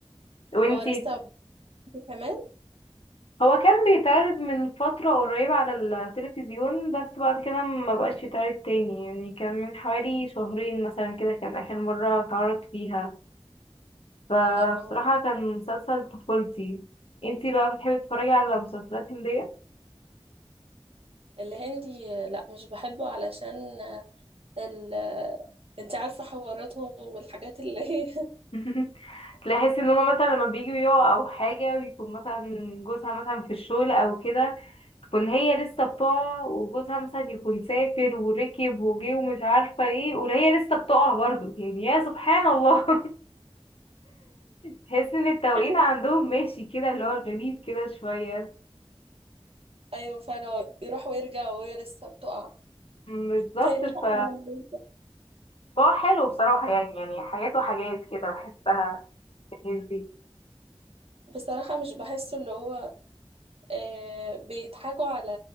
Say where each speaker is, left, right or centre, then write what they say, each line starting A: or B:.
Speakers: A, on the left; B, on the right.
A: وانتي
B: هو لسه بيبتدي كمان
A: هو كان بيتعرض من فترة قريبة على التلفزيون بس بعد كده ما بقاش يتعرض تاني يعني كان من حوالي شهرين مثلا كده كان آخر مرة اتعرض فيها فبصراحة
B: اه
A: كان مسلسل طفولتي انتي بقى بتحبي تتفرجي على مسلسلات هندية؟
B: الهندي لا مش بحبه علشان ال انت عارفة حواراتهم والحاجات اللي هي
A: <laughs> تلاقي ان هما مثلا لما بييجوا يقعوا او حاجة بيكون مثلا جوزها مثلا في الشغل او كده تكون هي لسه بتقع وجوزها مثلا يكون سافر وركب وجه ومش عارفة ايه وهي لسه بتقع برضه يعني يا سبحان الله <laughs> تحس ان التوقيت
B: <laughs>
A: عندهم ماشي كده اللي هو غريب كده شوية
B: ايوه فعلا هو يروح ويرجع وهي لسه بتقع
A: مم، بالظبط
B: فيلحقها
A: ف
B: لما يرجع.
A: هو حلو بصراحة يعني يعني حاجات وحاجات كده بحسها في الناس دي
B: بصراحة مش بحسه اللي هو آه بيضحكوا على